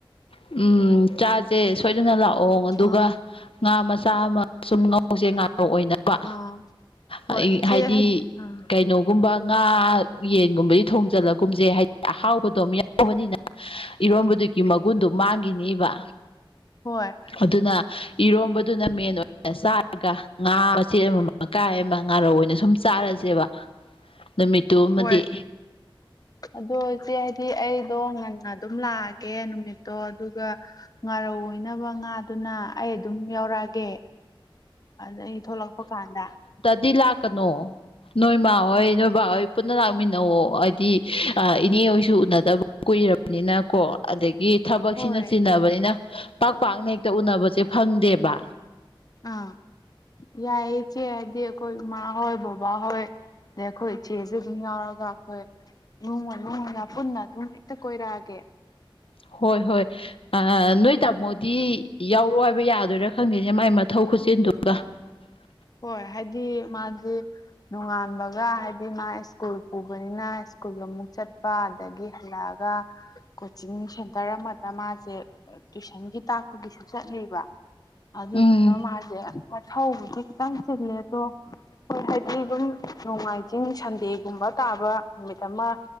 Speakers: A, on the left (about 85°); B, on the left (about 45°).
A: ꯎꯝ ꯆꯥꯁꯦ ꯁꯣꯏꯗꯅ ꯂꯥꯛꯑꯣ ꯑꯗꯨꯒ
B: ꯑꯥ
A: ꯉꯥ ꯃꯆꯥ ꯑꯃ ꯁꯨꯝ ꯉꯧꯁꯦ ꯉꯥꯂꯩ ꯑꯣꯏꯅꯕ
B: ꯑꯥ ꯍꯣꯏ
A: ꯑꯩ
B: ꯏꯆꯦ
A: ꯍꯥꯏꯗꯤ
B: ꯑꯥ
A: ꯀꯩꯅꯣ ꯨꯒꯨꯝꯕ ꯉꯥ ꯌꯦꯟꯒꯨꯝꯕꯗꯤ ꯊꯣꯡꯖꯤꯜꯂꯒꯨꯝꯁꯦ ꯍꯥꯏꯗꯤ ꯑꯍꯥꯎꯕꯗꯣ ꯃꯌꯥꯝ ꯇꯧꯕꯅꯤꯅ ꯏꯔꯣꯝꯕꯗꯨꯒꯤ ꯃꯒꯨꯟꯗꯨ ꯃꯥꯡꯒꯤꯅꯤꯕ
B: ꯍꯣꯏ
A: ꯑꯗꯨꯅ ꯏꯔꯣꯝꯕꯗꯨꯅ ꯃꯦꯟ ꯑꯣꯏ ꯆꯥꯔꯒ ꯉꯥ ꯃꯆꯦꯠ ꯑꯃꯃꯝ ꯃꯀꯥꯏ ꯑꯃ ꯉꯥꯔꯧ ꯑꯣꯏꯅ ꯁꯨꯝ ꯆꯥꯔꯁꯦꯕ ꯅꯨꯃꯤꯠꯇꯨꯃꯗꯤ
B: ꯍꯣꯏ ꯑꯗꯣ ꯏꯆꯦ ꯍꯥꯏꯗꯤ ꯑꯩꯗꯣ ꯉꯟꯅ ꯑꯗꯨꯝ ꯂꯥꯛꯑꯒꯦ ꯅꯨꯃꯤꯠꯇꯣ ꯑꯗꯨꯒ ꯉꯥꯔꯧ ꯑꯣꯏꯅꯕ ꯉꯥꯗꯨꯅ ꯑꯩ ꯑꯗꯨꯝ ꯌꯥꯎꯔꯛꯑꯒꯦ ꯑꯗ ꯑꯩ ꯊꯣꯛꯂꯛꯄ ꯀꯥꯟꯗ
A: ꯗꯤ ꯂꯥꯛꯀꯅꯣ ꯅꯣꯏꯃꯥꯍꯣꯏ ꯅꯣꯏꯕꯥꯍꯣꯏ ꯄꯨꯟꯅ ꯂꯥꯛꯃꯤꯟꯅꯑꯣ ꯑꯥꯏꯗꯤ ꯑꯥ ꯏꯅꯦ ꯍꯣꯏꯁꯨ ꯎꯅꯗꯕ ꯀꯨꯏꯔꯕꯅꯤꯅ ꯀꯣ ꯑꯗꯒꯤ ꯊꯕꯛꯁꯤꯅ
B: ꯍꯣꯏ
A: ꯆꯤꯟꯅꯕꯅꯤꯅ ꯄꯥꯛ ꯄꯥꯛꯅ ꯍꯦꯛꯇ ꯎꯅꯕꯁꯦ ꯐꯪꯗꯦꯕ
B: ꯑꯥ ꯌꯥꯏꯌꯦ ꯆꯦ ꯍꯥꯏꯗꯤ ꯑꯩꯈꯣꯏ ꯏꯃꯥ ꯍꯣꯏ ꯕꯕꯥ ꯍꯣꯏ ꯗꯩ ꯑꯩꯈꯣꯏ ꯏꯆꯦꯖꯨ ꯑꯗꯨꯝ ꯌꯥꯎꯔꯒ ꯈꯣꯏ ꯅꯣꯡꯃ ꯢꯃꯨꯡ ꯄꯨꯟꯅ ꯑꯗꯨꯝ ꯍꯦꯛꯇ ꯀꯣꯏꯔꯛꯑꯒꯦ
A: ꯍꯣꯏ ꯍꯣꯏ ꯅꯣꯏ ꯇꯥꯃꯣꯗꯤ ꯌꯥꯎꯔꯣ ꯍꯥꯏꯕ ꯌꯥꯗꯣꯏꯔꯥ ꯈꯪꯗꯦꯅꯦ ꯃꯥꯏ ꯃꯊꯧ
B: ꯎ <inaudible>
A: <inaudible>
B: ꯍꯣꯏ ꯍꯥꯏꯗꯤ ꯃꯥꯁꯦ ꯅꯣꯡꯉꯥꯟꯕꯒ ꯍꯥꯏꯗꯤ ꯃꯥ ꯁ꯭ꯀꯨꯜ ꯄꯨꯕꯅꯤꯅ ꯁ꯭ꯀꯨꯜꯒ ꯑꯃꯨꯛ ꯆꯠꯄ ꯑꯗꯒꯤ ꯍꯥꯂꯥꯛ ꯍꯂꯥꯛꯑꯒ ꯀꯣꯆꯤꯡ ꯁꯦꯟꯇꯔ ꯑꯃꯗ ꯃꯥꯁꯦ ꯇꯨꯏꯁꯟꯒꯤ ꯇꯥꯛꯄꯒꯤꯁꯨ ꯆꯠꯂꯦꯕ ꯑꯗꯨꯗꯨꯅ
A: ꯎꯝ
B: ꯃꯥꯁꯦ ꯃꯊꯧꯕꯨꯗꯤ ꯈꯤꯇꯪ ꯆꯤꯜꯂꯦꯕꯨ ꯍꯣꯏ ꯍꯥꯏꯗꯤ ꯗꯨꯝ ꯅꯣꯡꯃꯥꯏꯖꯤꯡ ꯁꯟꯗꯦꯒꯨꯝꯕ ꯇꯥꯕ ꯅꯨꯃꯤꯠ ꯑꯃ